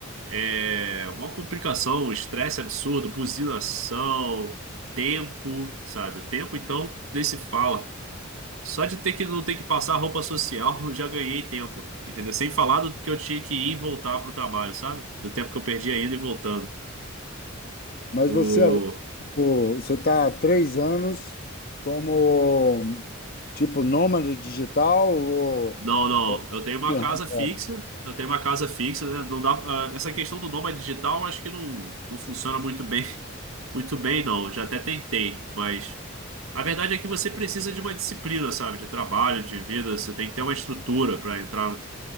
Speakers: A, on the right; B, on the left.
A: É uma complicação, um estresse absurdo, buzinação, tempo, sabe? O tempo, então, nem se fala. Só de ter que não ter que passar roupa social, eu já ganhei tempo, entendeu? Sem falar do que eu tinha que ir e voltar pro trabalho, sabe? Do tempo que eu perdi indo e voltando.
B: Mas
A: O...
B: você agora, pô, você está há três anos como tipo nômade digital ou
A: Não, não,
B: ou
A: eu tenho uma
B: de
A: casa
B: home
A: fixa,
B: office?
A: eu tenho uma casa fixa, né? Não dá... ah, Essa questão do nômade digital, eu acho que não, não funciona muito bem, <laughs> muito bem, não. Eu Já até tentei, mas... A verdade é que você precisa de uma disciplina, sabe? De trabalho, de vida. Você tem que ter uma estrutura para entrar,